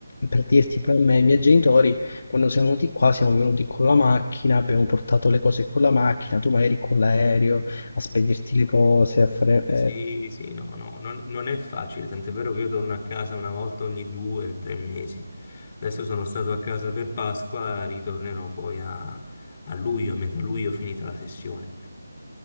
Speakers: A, on the left; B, on the left.
A: per dirti, pure a me e ai miei genitori, quando siamo venuti qua, siamo venuti con la macchina, abbiamo portato le cose con la macchina, tu magari con l'aereo, a spedirti le cose, a fare... eh,
B: Sì, sì, no, no, non, non è facile, tant'è vero che io torno a casa una volta ogni due o tre mesi. Adesso sono stato a casa per Pasqua, ritornerò poi a, a luglio, a metà luglio, finita la sessione.